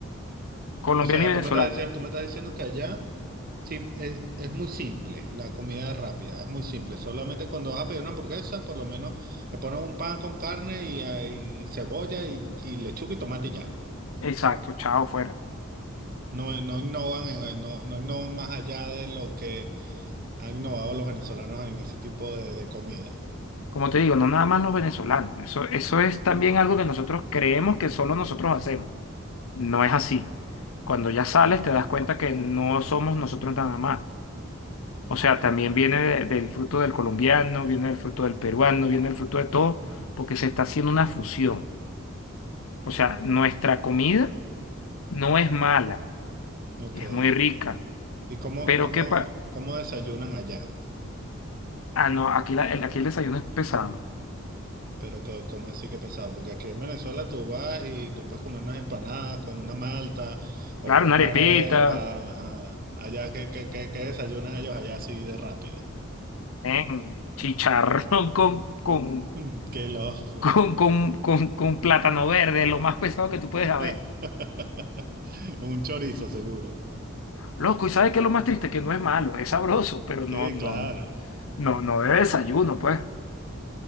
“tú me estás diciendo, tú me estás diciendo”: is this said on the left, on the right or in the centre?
Right